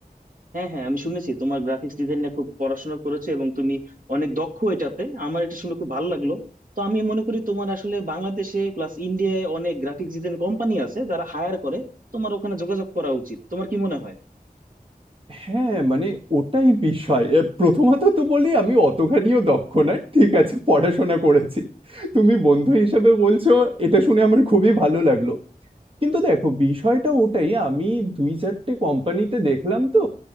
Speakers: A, on the right (about 60°); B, on the right (about 35°).
A: হ্যাঁ হ্যাঁ আমি শুনেছি তোমার গ্রাফিক্স ডিজাইন নিয়ে খুব পড়াশোনা করেছো এবং তুমি অনেক দক্ষ এটাতে আমার এটা শুনে খুব ভালো লাগলো তো আমি মনে করি তোমার আসলে বাংলাদেশে প্লাস ইন্ডিয়ায় অনেক গ্রাফিক্স ডিজাইন কোম্পানি আছে যারা হায়ার করে তোমার ওখানে যোগাযোগ করা উচিত তোমার কি মনে হয়
B: হ্যাঁ মানে ওটাই বিষয় এ, প্রথমত তো বলি আমি অতখানিও দক্ষ না ঠিক আছে পড়াশোনা করেছি তুমি বন্ধু হিসাবে বলছো এটা শুনে আমার খুবই ভালো লাগলো কিন্তু দেখো বিষয়টা ওটাই আমি দুই চারটে কোম্পানিতে দেখলাম তো